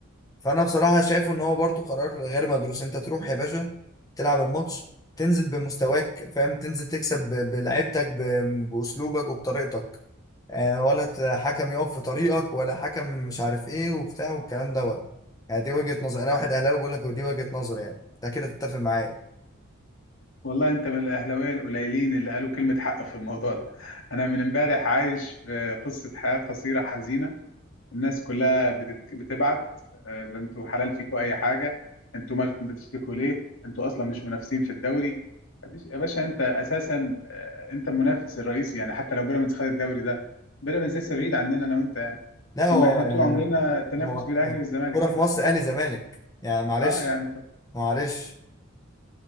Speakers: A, on the left (about 20°); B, on the left (about 75°).
A: فانا بصراحه شايفه ان هو برضو قرار غير مدروس انت تروح يا باشا تلعب الماتش تنزل بمستواك فاهم تنزل تكسب ب- بلعبتك ب- باسلوبك وبطريقتك آه، ولا ت- حكم يقف في طريقك ولا حكم مش عارف ايه وبتاع والكلام دوت يعني دي وجهه نظر انا واحد اهلاوي بقول لك دي وجهه نظري يعني انت كده تتفق معايا
B: والله انت من الاهلاويه القليلين اللي قالوا كلمه حق في الموضوع ده انا من امبارح عايش في قصه حياه قصيره حزينه الناس كلها بتت... بتبعت آه، ده انتوا حلال فيكوا اي حاجه انتوا مالكم بتشتكوا ليه انتوا اصلا مش منافسين في الدوري يا بيش- يا باشا انت اساسا آه، انت المنافس الرئيسي يعني حتى لو بيراميدز خد الدوري ده بيراميدز لسه بعيد عننا انا وانت يعني
A: لا
B: ثم
A: هو
B: احنا
A: يعني
B: طول عمرنا التنافس
A: هو
B: بين الاهلي والزمالك
A: كرة
B: يعني
A: في مصر اهلي زمالك يعني معلش
B: اه يعني ف...
A: معلش